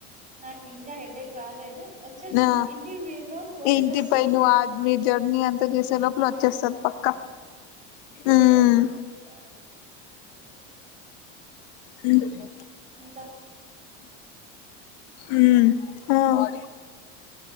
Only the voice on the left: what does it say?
ఆ
ఇంటి పై నువ్వు ఆ మీ జర్నీ అంతా చేసే లోపల వచ్చేస్తది పక్కా ఊమ్మ్
ఉమ్
ఉమ్